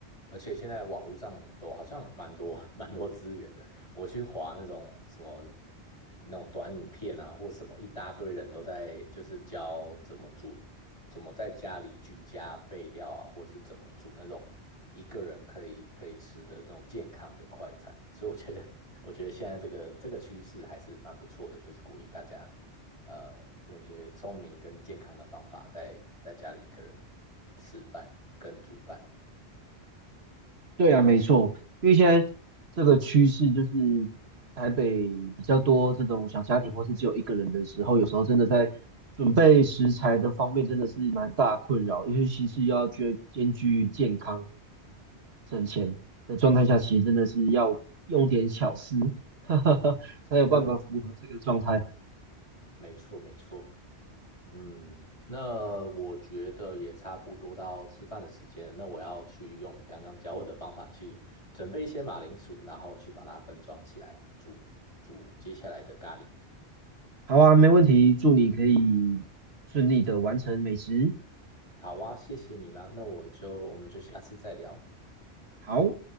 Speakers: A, on the left (about 30°); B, on the right (about 70°).
A: 而且现在网络上有好像蛮多 <laughs> 蛮多资源的。我去划那种什么那种短影片啊，或什么，一大堆人都在就是教怎么煮，怎么在家里居家备料啊，或是怎么煮那种一个人可以可以吃的这种健康的快餐。所以我觉得，<laughs> 我觉得现在这个这个趋势还是蛮不错的，就是鼓励大家呃，用一些聪明跟健康的方法在，在家里一个人吃饭跟煮饭。
B: 对啊，没错，因为现在这个趋势就是台北比较多这种小家庭或是只有一个人的时候，有时候真的在准备食材的方面真的是蛮大困扰，尤其是要兼兼具健康省钱的状态下，其实真的是要用点巧思，<laughs> 哈哈哈，才有办法符合这个状态。
A: 嗯，没错，没错。嗯，那我觉得也差不多到吃饭的时间了。那我要去用你刚刚教我的方法去准备一些马铃薯，然后去把它分装起来煮煮接下来的咖喱。
B: 好啊，没问题，祝你可以顺利的完成美食。
A: 好啊，谢谢你啦。那我就我们就下次再聊。
B: 好。